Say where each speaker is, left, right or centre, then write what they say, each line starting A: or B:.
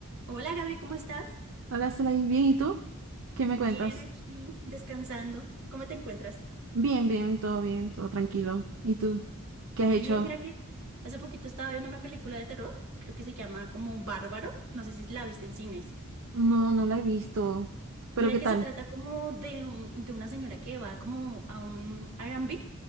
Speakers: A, on the right; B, on the right.
A: Hola Gaby, ¿cómo estás?
B: Hola, Slay, bien, ¿y tú? ¿Qué me
A: Bien
B: cuentas?
A: aquí, descansando. ¿Cómo te encuentras?
B: Bien, bien, todo bien, todo tranquilo. ¿Y tú? ¿Qué
A: Bien,
B: has hecho?
A: mira que hace poquito estaba viendo una película de terror, creo que se llama como Bárbaro, no sé si la viste en cines.
B: No, no la he visto. ¿Pero
A: Mira
B: qué
A: que
B: tal?
A: se trata como de, un- de una señora que va como a un R&B